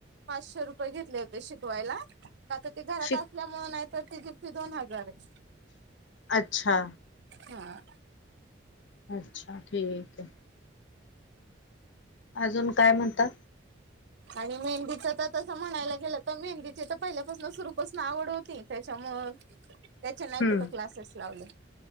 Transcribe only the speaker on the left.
शिक
अच्छा
अच्छा ठीक आहे. अजून काय म्हणता
हम्म